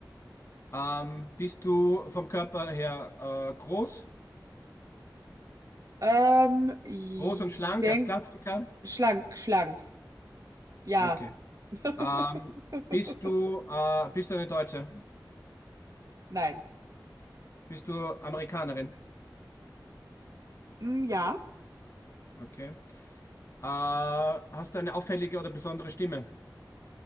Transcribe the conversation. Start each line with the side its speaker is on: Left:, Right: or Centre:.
Left: Ähm, bist du vom Körper her äh, groß?
Right: Ähm, ich
Left: Groß und schlank
Right: denke,
Left: als Klassiker?
Right: schlank, schlank. Ja.
Left: Okay.
Right: <laughs>
Left: Ähm, bist du, äh, bist du eine Deutsche?
Right: Nein.
Left: Bist du Amerikanerin?
Right: Mm, ja.
Left: Okay. Äh, hast du eine auffällige oder besondere Stimme?